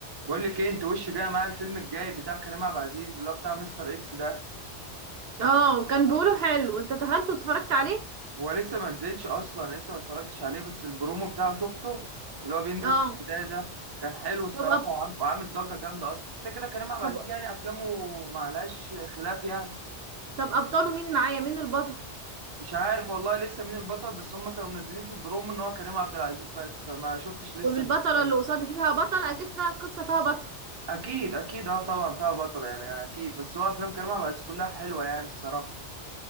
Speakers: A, on the right (about 25°); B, on the right (about 60°).
A: بقول لك ايه انت وش جاي معايا الفيلم الجاي بتاع كريم عبد العزيز اللي هو بتاع مستر اكس ده
B: اه كان بيقولوا حلو انت دخلت واتفرجت عليه
A: هو لسه ما نزلش اصلا لسه ما اتفرجتش عليه بس البرومو بتاعه شفته اللي هو بينزل
B: اه
A: في البدايه ده كان حلو الصراحه
B: طب أب...
A: وعام- وعامل ضجه جامده اصلا كده كده كريم عبد
B: طب
A: العزيز يعني افلامه معلهاش خلاف يعني
B: طب ابطاله مين معايا مين البطل
A: مش عارف والله لسه مين البطل بس هم كانوا منزلين في البرومو ان هو كريم عبد العزيز بس فما شفتش لسه
B: والبطلة
A: مين تاني.
B: اللي قصاد فيها بطل اكيد فيها قصة فيها بطل
A: اكيد اكيد اه طبعا فيها بطل يعني اكيد بس هو افلام كريم عبد العزيز كلها حلوه يعني الصراحه